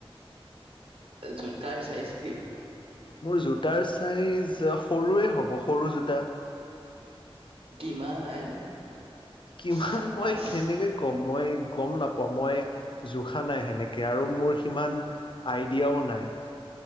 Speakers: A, on the right; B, on the left.
A: জোতাৰ চাইজ কি?
B: মোৰ জোতাৰ ছাইজ সৰুৱে হ'ব সৰু জোতা।
A: কিমান?
B: কিমান
A: চা-
B: মই
A: পাঁচ
B: কেনেকৈ কম। মই গ'ম নাপাওঁ মই জোখা নাই সেনেকে আৰু মোৰ সিমান আইডিয়াও নাই।